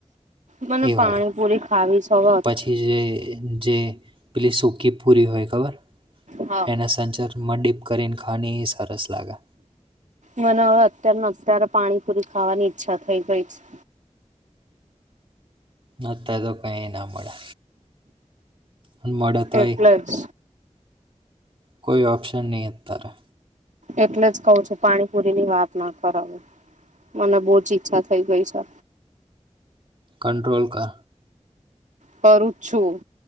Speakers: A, on the right; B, on the right.
A: મને
B: એ
A: પાણી
B: હોય
A: પુરી ખાવી સવા.
B: પછી જે જે પેલી સૂકી પૂરી હોય ખબર
A: હા
B: એના સંચર. મમાંડીપ કરીને ખાની સરસ લાગે.
A: મને હવે અત્યાર અત્યારે પાણીપુરી ખાવાની ઈચ્છા થઈ ગઈ છે.
B: અ તો કઈ ના મળે. હ મોડા તોય
A: છે એટલે જ
B: કોઈ ઓપ્શન નં અ ત્યારે.
A: એટલે જ કહું છું પાણીપુરી ની વાત ના કર હ. મને બહુ જ ઈચ્છા થઈ ગઈ છે.
B: કંટ્રોલ કર.
A: કરું છું